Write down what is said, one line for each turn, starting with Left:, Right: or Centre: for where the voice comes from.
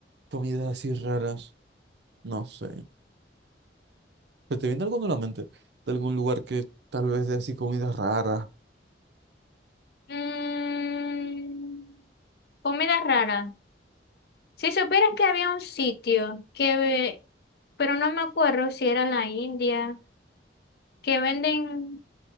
Right: comidas así raras. No sé. ¿Se te viene alguno a la mente? De algún lugar que tal vez dé así comidas raras.
Left: Mm, comida rara. Si supieras que había un sitio que, ve- pero no me acuerdo si era la India, que venden,